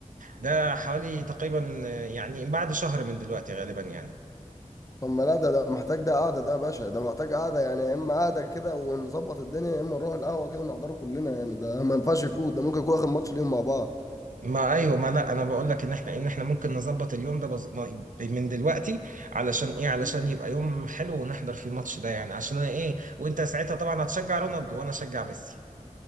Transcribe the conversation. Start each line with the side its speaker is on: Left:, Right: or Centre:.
Right: ده حوالي تقريبا آه، يعني بعد شهر من دلوقتي غالبا يعني
Left: طب ما لا ده ده محتاج ده قعدة ده يا باشا ده محتاج قعدة يعني يا اما قعدة كده ونظبط الدنيا يا اما نروح القهوة كده نحضره كلنا يعني ده ما ينفعش يفوت ده ممكن يكون اخر ماتش ليهم مع بعض
Right: ما ايوه ما لا انا بقول لك ان احنا ان احنا ممكن نظبط اليوم ده بز... ما- من دلوقتي علشان ايه علشان
Left: مم.
Right: يبقى يوم حلو ونحضر فيه الماتش ده يعني عشان انا ايه وانت ساعتها طبعا هتشجع رونالدو وانا اشجع ميسي